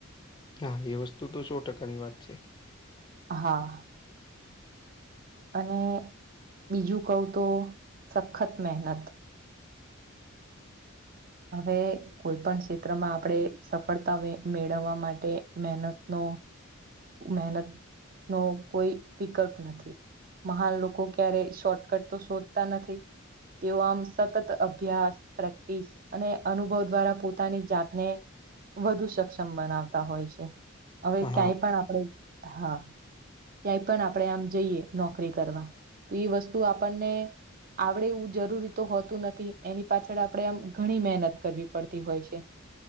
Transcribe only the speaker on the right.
હા અને બીજું કહ તો સખત મહેનત હવે કોઈ પણ ક્ષેત્રમાં આપણે સફળતા મેળવવા માટે મહેનતનૌ મહેનત નો કોઈ વિકલ્પ નથી મહાન લોકો ક્યારે શોર્ટકટ તો શોધતા નથી તેઓ આમ સતત અભ્યાસ પ્રેક્ટિસ અને અનુભવ દ્વારા પોતાની જાતને વધુ સક્ષમ બનાવતા હોય છે હવે
ક્યાંય આપણે પણ હા ક્યાંય પણ આપણે આમ જઈએ નોકરી કરવા તો એ વસ્તુ આપણને આવડે એવું જરૂરી તો હોતું નથી એની પાછળ આપણેે આમ ઘણી મહેનત કરવી પડતી હોય છે